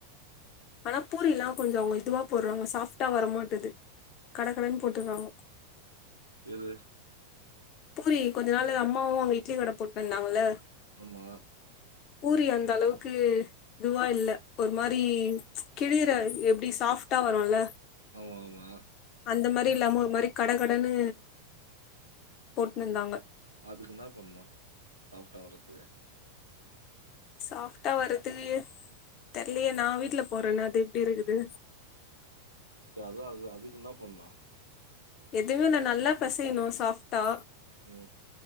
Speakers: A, on the left (about 35°); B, on the right (about 85°).
A: ஆனா பூரில்லா கொஞ்சோ அவங்க இதுவா போடுறாங்க சாஃப்ட்டா வரமாட்டேது கடகடன்னு போட்டுர்றாங்க
B: எது
A: பூரி கொஞ்ச நாள் அம்மாவு அங்க இட்லி கட போட்னு இருந்தாங்கள்ல
B: அமா
A: பூரி அந்த அளவுக்கு இதுவா இல்ல ஒரு மாரி கிளியிர எப்டி சாஃப்ட்டா வரோல
B: ஆமா, ஆமா.
A: அந்த மாரி இல்லாம ஒரு மாரி கடகடன்னு போட்னு இருந்தாங்க
B: அதுக்கு இன்னா பண்ணு சாஃப்ட்டா வரதுக்கு
A: சாஃப்ட்டா வர்றதுக்கு தெர்லையே நா வீட்டுல போட்றேன்னே அது எப்டி இருக்குது
B: சோ அதா அது அதுக்கு என்ன பண்ணோ
A: எதுகுனு நல்லா பசையணு சாஃப்ட்டா
B: ம்